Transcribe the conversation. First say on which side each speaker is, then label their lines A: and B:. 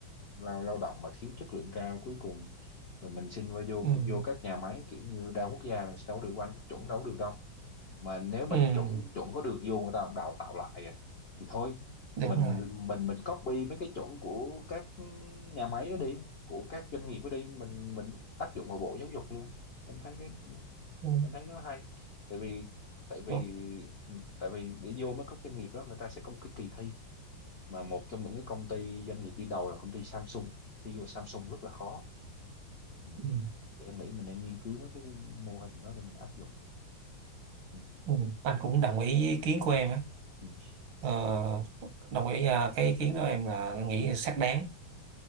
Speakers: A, on the left (about 75°); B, on the right (about 80°).
A: lao lao động mà thiếu chất lượng cao cuối cùng rồi mình xin vào vô
B: ừ.
A: vô các nhà máy kiểu như đa quốc gia mình sẽ đâu được anh chuẩn đâu được đâu mà nếu mà
B: Ừ.
A: chuẩn chuẩn có được vô người ta không đào tạo lại à, thì thôi
B: đúng
A: mình
B: rồi
A: mình mình copy mấy cái chuẩn của các nhà máy đó đi của các doanh nghiệp đó đi mình mình áp dụng vào bộ giáo dục luôn em thấy cái
B: ừ.
A: em thấy nó hay tại vì tại vì
B: đúng
A: ừ, tại vì để vô mấy các doanh nghiệp đó người ta sẽ có một cái kỳ thi mà một trong những cái công ty doanh nghiệp đi đầu là công ty Samsung khi vô Samsung rất là khó ừ.
B: ừ.
A: Thì em nghĩ mình nên nghiên cứu mấy cái mô hình đó để mình áp dụng ừ.
B: Ừ. anh cũng đồng ý với ý kiến của em á
A: Ừ.
B: Ờ, đồng ý à, cái ý kiến đó em là nghĩ xác đáng